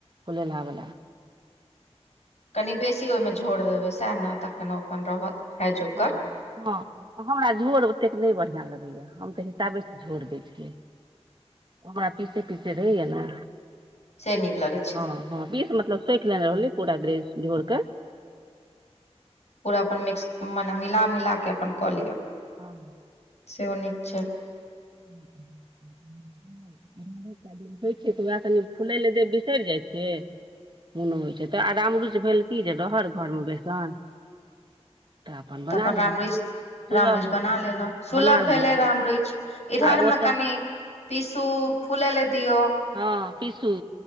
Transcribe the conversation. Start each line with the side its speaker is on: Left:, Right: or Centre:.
Right: फलहावला
Left: कनि बेसी ओहिमे झोड़ि देबै सएह न तखन ओ अपन रहत खाय जोगर
Right: ह ह हमरा झोर ओतेक नहि बढ़िआ लगैए हम तऽ हिसाबेसँ झोर दैत छियै हमरा पीछे पीछे रहैय न
Left: से नीक लगै छै
Right: हँ हँ विष मतलब सखि लेने रहलै पूरा ग्रेस झोर क
Left: पूरा अपन मिक्स मने मिला मिला के अपन
Right: हँ
Left: कऽ लिआ
Right: हँ
Left: सेहो नीक छै
Right: ह। दिन होइ छै तऽ उएह कनि फुलै लऽ दे बिसरि जाइ छियै कोनो होइ छै तऽ आ राम रुच भेल कि जे रह घरमे बेसन तऽ बना
Left: त अपन
Right: लेलहुँ
Left: राम ररिच
Right: सुलभ
Left: राम ररिच
Right: होइ
Left: बना
Right: छै
Left: लेलहुँ सुलभ
Right: बना लेलहुँ
Left: भेलै राम ररिच इधर
Right: आ ओ
Left: मे
Right: तऽ
Left: कनि पीसु फुले लऽ दियऔ
Right: ह पीसू